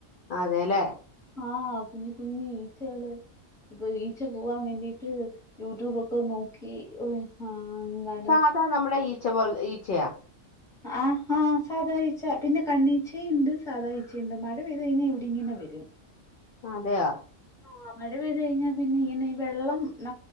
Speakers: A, on the left (about 60°); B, in the centre.
A: അതെല്ലേ
B: ആഹ കുഞ്ഞി കുഞ്ഞി ഈച്ചകള് ഇപ്പൊ ഈച്ച പോവാൻ വേണ്ടീട്ട് യൂട്യൂബൊക്കെ നോക്കി എന്താണ്
A: സാധാ നമ്മുടെ ഈച്ച പോലെത്തെ ഈച്ചയാ
B: ആഹ ആ് ഹ സാധാഈ ച്ച പിന്നെ കണ്ണീഴച്ചയുണ്ട് സാധാ ഈ ച്ചഴുണ്ട് മഴ പെയ്തു കഴിഞ്ഞാൽ ഇവിടെ ഇങ്ങനെ വരും
A: അതെയോ
B: ആ മഴ പെയ്ത് കഴിഞ്ഞാ പിന്നെ ഇങ്ങനെ ഈ വെള്ളം ന